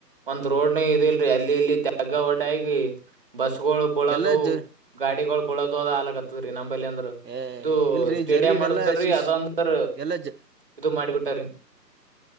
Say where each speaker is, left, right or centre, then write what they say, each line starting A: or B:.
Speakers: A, on the right (about 30°); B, on the right (about 70°).
A: ಒಂದ್ ರೋಡನು ಇದೆಲ್ರರಿ ಅಲ್ಲಿ ಇಲ್ಲಿ ತೇಗ್ಗ ವಡ ಆಗಿ ಬಸ್ಸುಗಳು ಬೀಳೋದು
B: ಎಲ್ಲಾ ಜ
A: ಗಾಡಿಗಳು ಬಿಳೋದು ಅದು ಆಗಲಾಕ್ತದ ರೀ ನಂಬಲ್ಲಿ ಅಂದ್ರು
B: ಏ
A: ಇದು
B: ಇಲ್ರಿ
A: ಸ್ಟೇಡಿಯಂ
B: ಜರ್ಗಿಗೆಲ್ಲಾ
A: ಮಾಡ್ರೀ
B: ಶಿಶ್
A: ಅದಂದ್ರ
B: ಎಲ್ಲಾ ಜ
A: ಇದು ಮಾಡಿಬಿಟ್ರಾರೀ